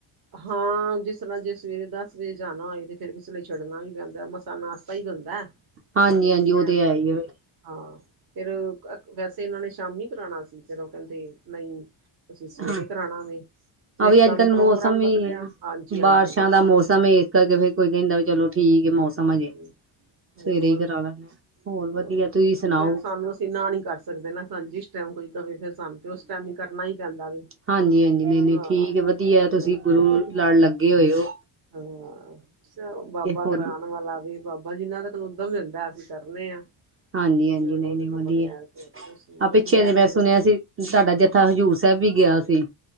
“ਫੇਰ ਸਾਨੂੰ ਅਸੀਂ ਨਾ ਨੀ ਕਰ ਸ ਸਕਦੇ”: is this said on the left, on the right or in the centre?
Right